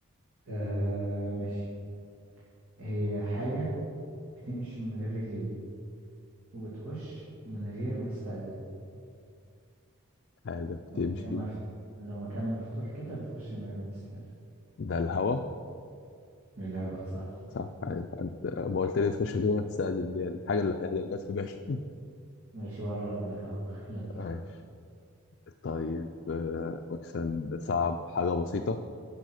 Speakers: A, on the right (about 80°); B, on the left (about 50°).
A: آه ماشي هي حاجة بتمشي من غير رجلين وبتخش من غير ما تستأذن
B: حاجة بتمشي
A: لو مكان مفتوح لو مكان مفتوح كده بتخش من غير ما تستأذن
B: ده الهوا
A: إيه الهوا صح
B: صح أيوة. أنت- ما قلت لي تخش في دي ما تستاذن دي الحاجة اللي هي- اللي جت في بالي
A: ماشي بقرب لك اهو <laughs> يلا
B: <laughs> طيب آه، مثلا صعب حاجة بسيطة